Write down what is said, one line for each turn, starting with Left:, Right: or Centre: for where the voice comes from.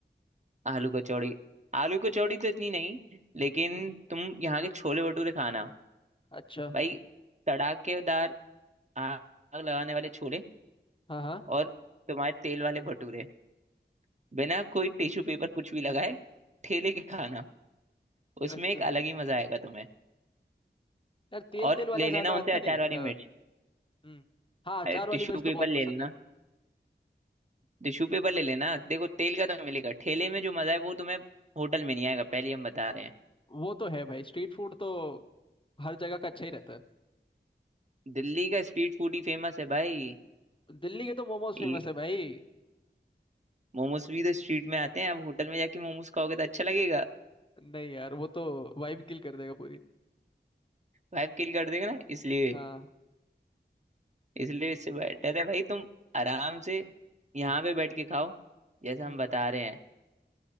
Right: आलू कचौड़ी आलू कचौड़ी तो इतनी नहीं लेकिन तुम यहाँ के छोले भटूरे खाना
Left: अच्छा
Right: भाई तड़ाकेदार आग लगाने वाले छोले
Left: हाँ हाँ
Right: और तुम्हारे तेल वाले भटूरे बिना कोई टिश्यू पेपर कुछ भी लगाए ठेले के खाना उसमें
Left: अच्छा
Right: एक अलग ही मजा आएगा तुम्हें
Left: यार तेल
Right: और
Left: तेल वाला
Right: ले लेना
Left: ज्यादा
Right: उनसे
Left: अच्छा
Right: अचार
Left: नहीं लगता
Right: वाली मिर्च
Left: हम्म हाँ अचार
Right: अरे
Left: वाली
Right: टिश्यू
Left: मिर्च तो
Right: पेपर
Left: बहुत पसंद
Right: ले लेना
Left: है
Right: टिश्यू पेपर ले लेना देखो तेल का तो मिलेगा ठेले में जो मजा है वो तुम्हें होटल में नहीं आएगा पहले हम बता रहे हैं
Left: वो तो है भाई स्ट्रीट फूड तो हर जगह का अच्छा ही रहता है
Right: दिल्ली का स्ट्रीट फूड ही फेमस है भाई
Left: दिल्ली के तो मोमोज फेमस
Right: ये
Left: है भाई
Right: मोमोज भी तो स्ट्रीट में आते हैं अब होटल में जाके मोमोज खाओगे तो अच्छा लगेगा
Left: नहीं यार वो तो वाइब किल कर देगा पूरी
Right: वाइब किल कर देगा ना इसलिए
Left: हाँ
Right: इसलिए इससे बेटर है भाई तुम आराम से यहाँ पे बैठ के खाओ जैसा
Left: हम्म
Right: हम बता रहे हैं